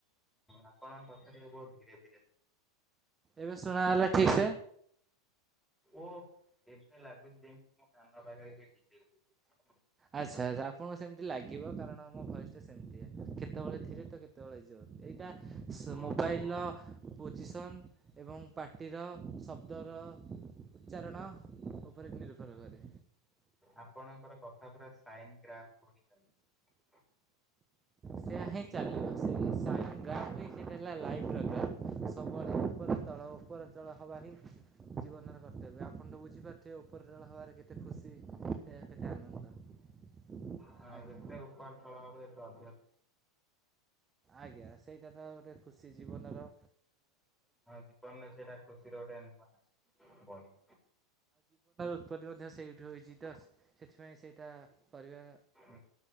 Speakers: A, in the centre; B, on the right.
A: ଆପଣଙ୍କ ପାଖ ଟିକ ବହୁତ ଧୀରେ ଧୀରେ
B: ଏବେ ଶୁଣା ହେଲା ଠିକ ସେ।
A: ଓ ଏ ଲାଗୁଛି ଯେମ କାନ ପାଖରେ କିଏ ଡିଜେ
B: ଆଚ୍ଛା ଆଛା ଆପଣଙ୍କୁ ସେମିତି ଲାଗିବ କାରଣ ଆମ ଭୟସ ଟା ସେମିତି କେତେବେଳେ ଧିରେ ତ କେତେବେଳେ ଜୋର। ଏଇଟା
A: ଓହୋ
B: ମୋବାଇଲ୍ର ପୋଜିସନ୍ ଏବଂ ପାଟିର ଶବ୍ଦର ଉଚ୍ଚାରଣ ଉପରେ ନିର୍ଭର କରେ।
A: ଆପଣଙ୍କର କଥା ପୁରା ସାଇନ ଗ୍ରା ବଢି ଚାଲିଛି।
B: ସେଆା ହିଁ ଚାଲିବ ସେ ହେଲା ଲାଇ ସବୁବେଳେ ତଳ ଉପର ତଳ ହବା ହିଁ ଜୀବନର କର୍ତ୍ତବ୍ୟ ଆପଣ ତ ବୁଝିପାରୁଥିବେ ଉପରେ ରେଳ ହବାରେ କେତେ ଖୁସି କେତେ ଆନନ୍ଦ। <inaudible>
A: ହଁ
B: ଆଜ୍ଞା
A: ଯେତେ ଉପହାର ଳ ହବ ଏତେ ଅଭସ
B: ଆଜ୍ଞା ସେଇଟା ତ ଗୋଟେ ଖୁସି ଜୀବନ ର।
A: ହଁ ଜୀବନରେ ସେଟା ଖୁସିର ଗଟେ ନୂଆ ବଢି।
B: ପତି ମଧ୍ୟ ସେଇଠି ହୋଇଛି ତ ସେଥିପାଇଁ ସେଇଟା ପରିବା
A: ହୁଁ